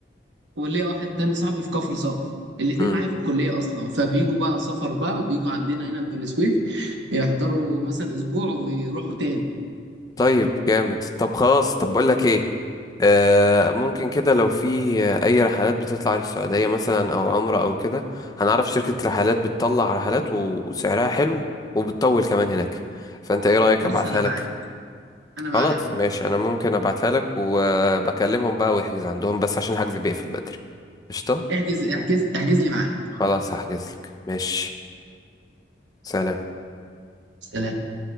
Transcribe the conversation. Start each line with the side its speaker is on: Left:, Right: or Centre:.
Right: وليا واحد تاني صاحبي في كفر صقر الاتنين
Left: مم.
Right: معايا في الكلية أصلا فبيجوا بقى سفر بقى وبيجوا عندنا هنا في بني سويف يحضروا مثلا أسبوع ويروحوا تاني
Left: طيب جامد طب خلاص طب بقول لك ايه آه، ممكن كده لو في آه، اي رحلات بتطلع للسعودية مثلا او عمرة او كده هنعرف شركة رحلات بتطلع رحلات وسعرها حلو وبتطول كمان هناك فانت ايه رأيك
Right: بص
Left: ابعتها
Right: أنا معاك
Left: لك
Right: أنا معاك
Left: خلاص ماشي انا ممكن ابعتها لك وبكلمهم بقى ويحجز عندهم بس عشان الحجز بيقفل بدري قشطة
Right: احجز احجز احجز لي معاك
Left: خلاص هحجز لك ماشي سلام
Right: سلام